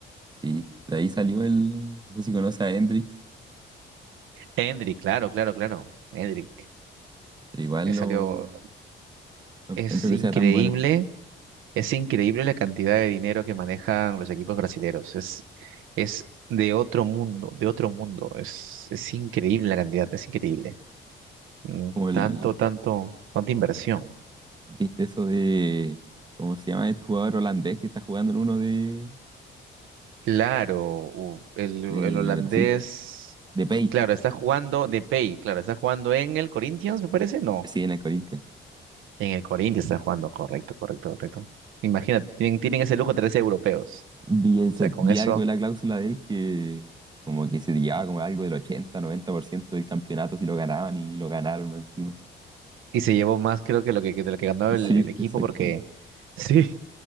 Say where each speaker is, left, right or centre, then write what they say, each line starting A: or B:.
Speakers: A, on the right; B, on the right.
A: Sí, de ahí salió el, no sé si conoce a Hendrik
B: Endrick, claro, claro, claro. Endrick,
A: pero igual
B: eh, salió,
A: lo, no encuentro
B: es
A: que
B: increíble,
A: sea tan bueno
B: es increíble la cantidad de dinero que manejan los equipos brasileños. Es, es de otro mundo, de otro mundo. Es, es increíble la cantidad, es increíble. Mm,
A: como el,
B: Tanto, tanto, tanta inversión.
A: viste eso de, ¿cómo se llama este jugador holandés que está jugando en uno de,
B: Claro, u- el, el
A: de
B: holandés,
A: Brasil? De Pay,
B: claro, está jugando de pay, claro, está jugando en el Corinthians, me parece, no,
A: sí, en el Corinthians.
B: en el Corinthians está jugando, correcto, correcto, correcto. Imagínate, tienen, tienen ese lujo 13 europeos,
A: Vi, ese-
B: o sea, con
A: vi
B: eso,
A: algo de la cláusula de él que como que se llevaba como algo del ochenta noventa por ciento del campeonato si lo ganaban y lo ganaron encima.
B: y se llevó más creo que lo que, que de lo que ganó
A: Sí,
B: el, el equipo,
A: <laughs> exactamente.
B: porque <laughs> sí,